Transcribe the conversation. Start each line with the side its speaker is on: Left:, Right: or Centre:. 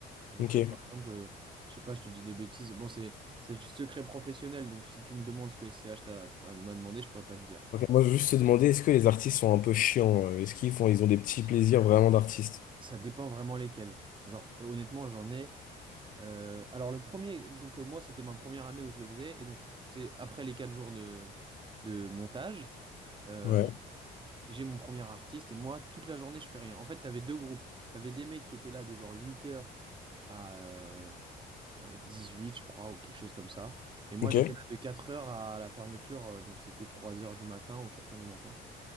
Right: Donc
Left: ok.
Right: euh, par exemple, euh, je sais pas, je te dis des bêtises. Bon, c'est c'est le secret professionnel, donc si tu me demandes ce que SCH t'a- euh, m'a demandé, je pourrais pas te dire.
Left: Ok, Moi, je veux juste te demander, est-ce que les artistes sont un peu chiants? euh, Est-ce qu'ils font, ils ont des petits plaisirs vraiment d'artistes?
Right: Ça dépend vraiment lesquels. Genre, honnêtement, j'en ai. Euh, alors le premier, donc euh, moi c'était ma première année où je le faisais et donc tu sais, après les quatre jours de, de montage, euh,
Left: Ouais.
Right: j'ai mon premier artiste et moi toute la journée je fais rien. En fait t'avais deux groupes, t'avais des mecs qui étaient là de genre huit heures à euh, euh, 18 je crois ou quelque chose comme ça et moi
Left: Ok.
Right: j'étais là de quatre heures à la fermeture euh, donc c'était trois heures du matin ou quatre heures du matin.